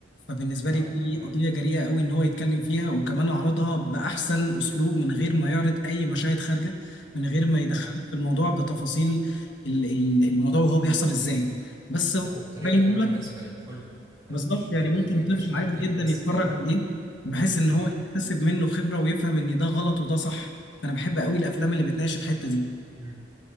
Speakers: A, on the left; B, on the right.
A: فبالنسبة
B: اه
A: لي دي
B: اه
A: قضية جريئة قوي إن هو يتكلم فيها وكمان عرضها بأحسن أسلوب من غير ما يعرض أي مشاهد خارجة من غير ما يدخلك
B: اه
A: في الموضوع بتفاصيل ال- ال- الموضوع وهو بيحصل إزاي بس
B: لا وبطريقة
A: باين
B: كمان
A: لك
B: مناسبة للكل يعني
A: بالظبط
B: مش
A: يعني
B: ما
A: ممكن
B: ما يبقاش
A: طفل
B: حد
A: عادي جدا
B: بس
A: يتفرج
B: فئة معينة
A: عليه بحيث إن هو
B: اه
A: يكتسب منه خبرة ويفهم إن ده غلط وده صح فأنا بحب قوي الأفلام اللي بتناقش الحتة دي
B: مم.